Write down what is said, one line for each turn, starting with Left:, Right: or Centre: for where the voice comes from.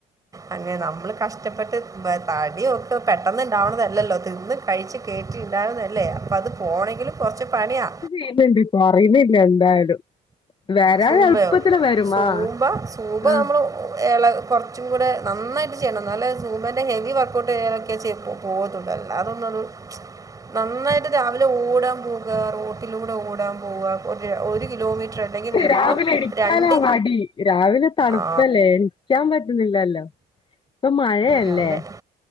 Right: അങ്ങനെ നമ്മള് കഷ്ടപ്പെട്ട് തടിയൊക്കെ ഒക്ക് പെട്ടന്ന് ഇണ്ടാവണതല്ലല്ലോ തിന്ന് കഴിച്ച് കേയറ്റിട്ടുണ്ടാവുന്നല്ലേ അപ്പം അത് പോകണമെങ്കിലും കുറച്ച് പണിയാ
Left: ഈ പെണ്ണ്. പറയുന്നില്ല എന്തായാലും വരാന്
Right: സൂമ്പയോ
Left: എളുപ്പത്തിൽ വരും.
Right: സൂമ്പ
Left: ആഹ
Right: സൂമ്പ നമ്മൾ ഇള കുറച്ചും കൂടെ നന്നായിട്ട് ചെയ്യണം നല്ല സൂമേൻ്റെ ഹെവി വർക്കഔട്ട് ഇലക്കെ ചെയ്പ്പോ പോതല്ലല്ല അതൊന്നരു നന്നായിട്ട് രാവിലെ ഓടാൻ പോകുക റോട്ടിലൂടെ ഓടാൻ പോവുക ഒരു ഒരു കിലോമീറ്റർ അല്ലെങ്കിൽ. മിനിമം
Left: രാവിലെ എണ്ണീക്കാനാ
Right: രണ്ട്
Left: മടി രാവിലെ തണുപ്പല്ലേ
Right: ആ
Left: എണിക്കാൻ പറ്റുന്നില്ലല്ലോ. ഇപ്പൊ മഴയല്ലേ
Right: ഞവടെ